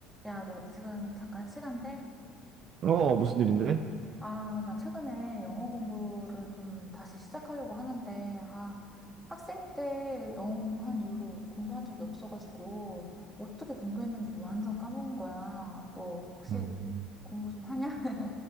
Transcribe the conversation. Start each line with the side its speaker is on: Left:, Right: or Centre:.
Centre: 야, 너 지금 잠깐 시간 돼?
Right: 어, 어, 무슨 일인데?
Centre: 아, 나 최근에 영어 공부를 좀 다시 시작하려고 하는데, 아, 학생 때 영어 공부한 이후로 공부한 적이 없어가지고, 어떻게 공부했는지도 완전 까먹은 거야. 너 혹시
Right: 음,
Centre: 공부 좀 하냐? <laughs>